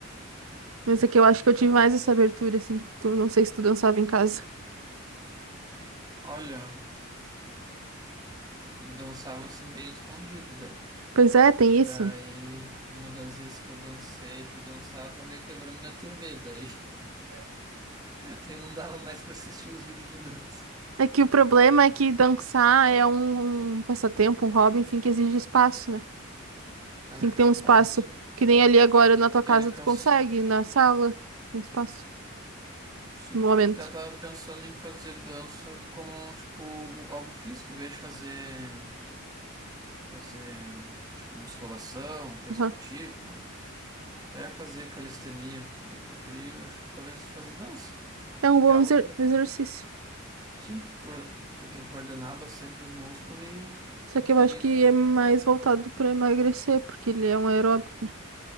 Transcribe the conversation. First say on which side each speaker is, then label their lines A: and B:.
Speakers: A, on the right; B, on the right.
A: Mas é que eu acho que eu tive mais essa abertura, assim, do que tu. Não sei se tu dançava em casa. <laughs>
B: Olha, dançava assim bem escondido, né?
A: Pois é, tem
B: E
A: isso.
B: daí,
A: né?
B: uma das vezes que eu dancei, fui dançar, eu acabei quebrando minha TV, daí, <laughs> daí não dava mais pra assistir os vídeos de dança.
A: É que o problema é que dançar é um, um passatempo, um hobby, enfim, que exige espaço, né?
B: Ah,
A: Tu tem que
B: espaço.
A: ter um espaço que nem ali agora na tua casa
B: Ele cansa.
A: tu consegue, na sala tem espaço,
B: Sim,
A: no momento.
B: então eu tava pensando em fazer dança como, tipo, algo algo físico, em vez de fazer, fazer, tipo, musculação, coisa
A: Aham.
B: do tipo, até fazer calistenia. Eu preferi, eu acho, talvez, fazer dança,
A: É, é um bom
B: que é algo
A: exer-
B: que,
A: exercício.
B: sim, que coor- tu tem que coordenar bastante os músculos e,
A: Só que
B: e...
A: eu acho que é mais voltado pra emagrecer, porque ele é um aeróbico.